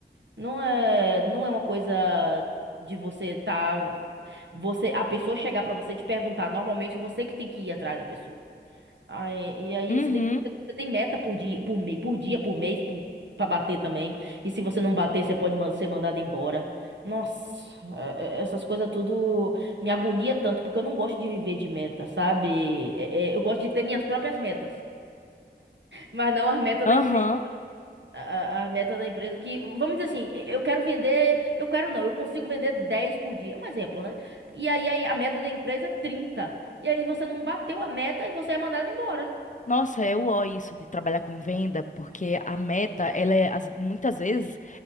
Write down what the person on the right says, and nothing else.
Não é, não é uma coisa de você tá, você, a pessoa chegar pra você e te perguntar. Normalmente você que tem que ir atrás da pessoa. Aí, e aí
você tem, você tem meta por dia, por, me- por dia, por mês, por, pra bater também. E se você não bater, você pode man- ser mandado embora. Nossa, é- é- essas coisas tudo me agonia tanto, porque eu não gosto de viver de meta, sabe? É- é, eu gosto de ter minhas próprias metas, mas não as metas
da empresa. A, a- a meta da empresa que, vamos dizer assim, eu quero vender, eu quero não, eu consigo vender 10 por dia, um exemplo, né? E aí aí a meta da empresa é 30. E aí você não bateu a meta e você é mandado embora.